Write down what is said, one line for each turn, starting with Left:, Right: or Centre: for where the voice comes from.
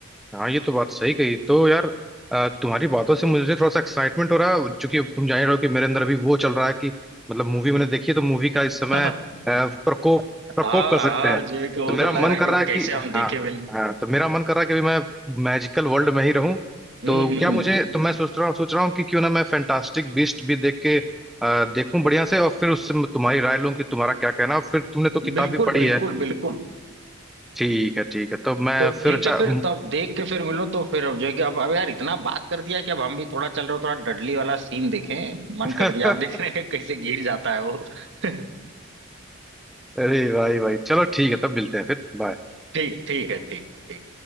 Centre: हाँ ये तो बात सही कही तो यार अ, तुम्हारी बातों से मुझे थोड़ा सा एक्साइटमेंट हो रहा है चूंकि तुम जान ही रहे हो कि मेरे अंदर अभी वो चल रहा है कि मतलब मूवी मैंने देखी है तो मूवी का इस समय
Right: <laughs> हाँ
Centre: अ, प्रकोप प्रकोप
Right: हाँ
Centre: कर सकते हैं
Right: जो है कि वो
Centre: तो मेरा
Right: तो लग
Centre: मन
Right: रहा है
Centre: कर
Right: कि
Centre: रहा है
Right: कैसे
Centre: कि
Right: हम देखे
Centre: हाँ
Right: पहले
Centre: हाँ तो मेरा मन कर रहा है कि अभी मैं मैजिकल वर्ल्ड में ही रहूं
Right: हम्म
Centre: तो
Right: हम्म।
Centre: क्या मुझे तो मैं सोच रहा सोच रहा हूँ कि क्यों ना मैं फैंटास्टिक बीस्ट भी देख के अ, देखूं बढ़िया से और फिर उससे मैं तुम्हारी राय लूं कि तुम्हारा क्या कहना है। और फिर तुमने तो किताब
Right: बिल्कुल
Centre: भी पढ़ी
Right: बिल्कुल
Centre: है
Right: बिल्कुल
Centre: ठीक है ठीक है तो मैं
Right: तो
Centre: फिर
Right: ठीक
Centre: अच्छा
Right: है फिर तो अब देख के फिर मिलो तो फिर अब जो है कि अब अब यार इतना बात कर दिया कि अब हम भी थोड़ा चल रहे हो थोड़ा डडली वाला सीन देखें मन
Centre: <laughs>
Right: कर दिया आप देखने के कैसे गिर जाता है वो <laughs>
Centre: अरे भाई भाई चलो ठीक है तब मिलते हैं फिर बाय
Right: ठीक ठीक है ठीक ठीक